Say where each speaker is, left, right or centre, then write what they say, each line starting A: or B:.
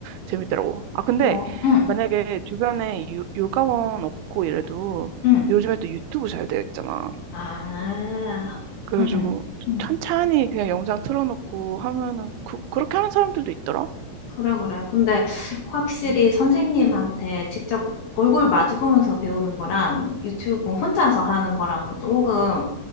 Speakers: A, on the right; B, on the left.
A: 재밌더라고. 아, 근데
B: 어, 응,
A: 만약에 주변에 요, 요가원 없고 이래도
B: 응.
A: 요즘에 또 유튜브 잘 되어 있잖아.
B: 아,
A: 그래가지고
B: 응, 응.
A: 찬찬히 그냥 영상 틀어놓고 하면은 그, 그렇게 하는 사람들도 있더라.
B: 그래, 그래. 근데 확실히
A: 음.
B: 선생님한테 직접 얼굴 마주 보면서 배우는 거랑 유튜브 혼자서 하는 거랑은 조금